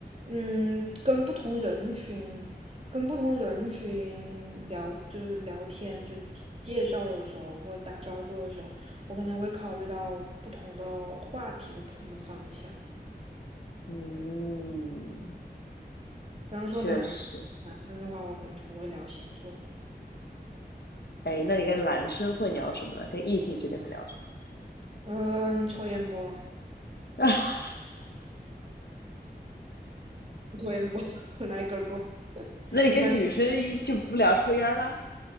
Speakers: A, on the right; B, on the left.
A: 嗯，跟不同人群，跟不同人群聊，就是聊天，就是介绍的时候或打招呼的时候，我可能会考虑到不同的话题或不同的方向。
B: 嗯，
A: 比方说男男生的话，
B: 确实。
A: 我可能就不会聊星座。
B: 哎，那你跟男生会聊什么呢？跟异性之间会聊什么
A: 嗯，抽烟不？
B: 呢？<laughs>
A: 抽烟不？<laughs> 来根儿不？
B: 那你跟女生一就不聊抽烟了？
A: 一般